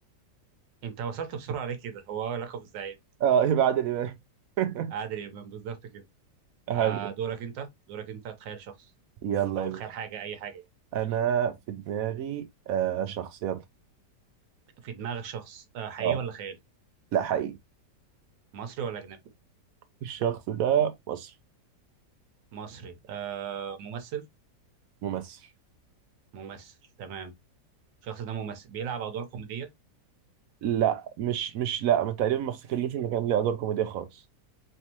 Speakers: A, on the right (about 85°); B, on the right (about 65°).
A: انت وصلت بسرعه ليه كده هو لقب الزعيم
B: اه <laughs> يبقى عادل إمام <laughs>
A: عادل امام بالظبط كده
B: حلو
A: آه دورك انت دورك انت تخيل شخص
B: يلا
A: او
B: يا
A: تخيل
B: باشا
A: حاجه اي حاجه يعني
B: أنا
A: ماشي
B: في دماغي آه شخص يلا
A: في دماغ الشخص آه حقيقي
B: آه
A: ولا خيالي
B: لا حقيقي
A: مصري ولا أجنبي؟
B: الشخص ده مصري
A: مصري آه ممثل
B: ممثل
A: ممثل تمام الشخص ده ممثل بيلعب أدوار كوميدية
B: لا مش مش لا ما تقريبا ما افتكرلوش انه كان ليه ادوار كوميديا خالص